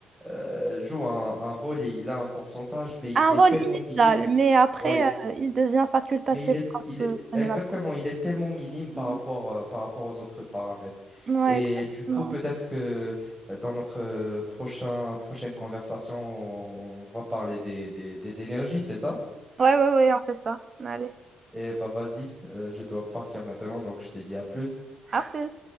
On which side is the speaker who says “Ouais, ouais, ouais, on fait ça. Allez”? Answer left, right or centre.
Right